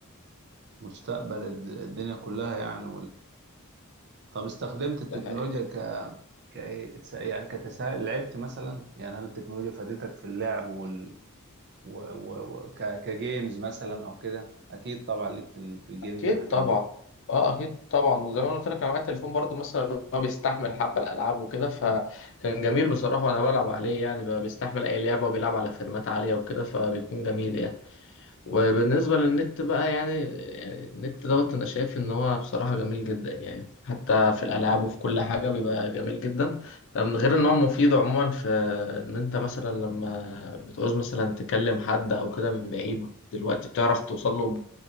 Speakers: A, on the right (about 50°); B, on the left (about 60°).
A: مستقبل الد- الدنيا كلها يعني طب استخدمت التكنولوجيا
B: ده حقيقه
A: ك... ك... يعني كتسهيل لعبت مثلا يعني هل التكنولوجيا فادتك في اللعب وال... و... و... و... ك... كجيمز مثلا او كده اكيد طبعا ليك في ال... في الجيمز
B: اكيد
A: والحاجات
B: طبعا
A: دي
B: اه اكيد طبعا وزي ما انا قلت لك انا معايا التليفون برضو مثلا اللي هو بيستحمل حبه الالعاب وكده فكان جميل بصراحه وانا بلعب عليه يعني بقى بيستحمل اي لعبه وبيلعب على فريمات عاليه وكده فبيكون جميل يعني وبالنسبه للنت بقى يعني, يعني النت دوت انا شايف ان هو بصراحه جميل جدا يعني حتى في الالعاب وفي كل حاجه بيبقى جميل جدا من غير ان هو مفيد عموما في ان انت مثلا لما بتعوز مثلا تكلم حد او كده من بعيد دلوقتي بتعرف توصل له